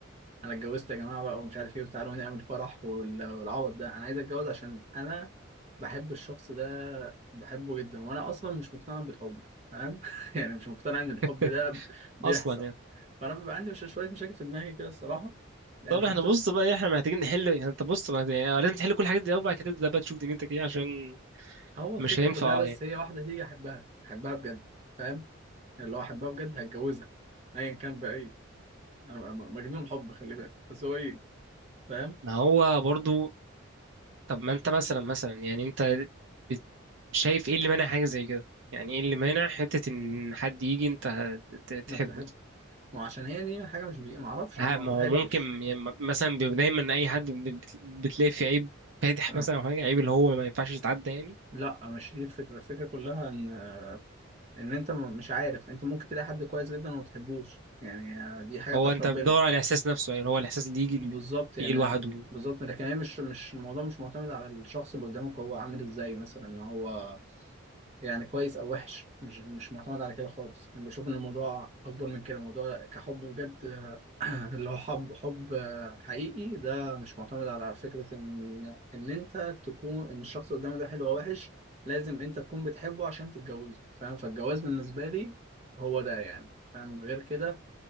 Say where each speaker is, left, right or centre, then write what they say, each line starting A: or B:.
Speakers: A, on the right; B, on the right.
A: انا اتجوزت يا جماعه بقى ومش عارف ايه وتعالوا نعمل فرح وال... والعوض ده انا عايز اتجوز عشان انا بحب الشخص ده بحبه جدا وانا اصلا مش مقتنع بالحب فاهم <laughs> يعني مش مقتنع ان الحب
B: <laughs>
A: ده ب- بيحصل
B: اصلا يعني.
A: فانا بيبقى عندي مش شويه مشاكل في دماغي كده الصراحه يعني
B: طب
A: مش
B: احنا
A: مقتنع
B: بص بقى إيه، احنا محتاجين نحل يعني انت بص بقى يعني لازم تحل كل الحاجات دي الاول بعد كده تبدا بقى تشوف دنيتك ايه عشان
A: هو الفكره
B: مش هينفع
A: كلها بس
B: يعني
A: هي واحده تيجي احبها احبها بجد فاهم اللي هو احبها بجد هتجوزها ايا كان بقى إيه. انا بقى مجنون حب خلي بالك بس هو ايه فاهم
B: ما هو برضو طب ما انت مثلا مثلا يعني انت بت- شايف ايه اللي مانع حاجه زي كده يعني ايه اللي مانع حته ان حد يجي انت هت-
A: ما
B: تحبه
A: تحب ما عشان هي دي حاجه مش بي... ما اعرفش
B: ها
A: انا ما
B: ما
A: بحبش
B: هو ممكن يعني م- مثلا بي- دايما اي حد بت- بتلاقي فيه عيب فادح
A: آه.
B: مثلا او حاجه عيب اللي هو ما ينفعش يتعدى يعني
A: لا مش دي الفكره الفكره كلها ان ان انت م- مش عارف انت ممكن تلاقي حد كويس جدا وما تحبوش يعني آه، دي حاجه
B: هو
A: بتاعت
B: انت
A: ربنا
B: بتدور على الاحساس نفسه يعني اللي هو الاحساس اللي يجي
A: بالظبط يعني
B: يجي لوحده
A: أنا- بالظبط لكن هي مش مش الموضوع مش معتمد على الشخص اللي قدامك هو عامل ازاي مثلا ان هو يعني كويس او وحش مش مش معتمد على كده خالص انا بشوف ان الموضوع اكبر من كده الموضوع كحب بجد <clears throat> اللي هو حب حب حقيقي ده مش معتمد على فكرة إن إن أنت تكون إن الشخص اللي قدامك ده حلو أو وحش لازم أنت تكون بتحبه عشان تتجوزه فاهم فالجواز بالنسبة لي هو ده يعني فاهم غير كده